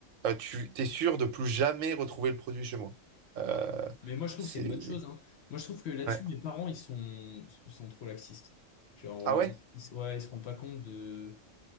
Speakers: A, on the right; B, on the left.
A: Euh, tu t'es sûr de plus jamais retrouver le produit chez moi. Euh,
B: Ouais. Mais moi, je trouve
A: c'est...
B: que c'est une bonne chose, hein. Moi, je trouve que là-dessus,
A: Ouais.
B: mes parents, ils sont, ils sont trop laxistes. Genre,
A: Ah
B: euh,
A: ouais?
B: ils, ils- ouais, ils se rendent pas compte de.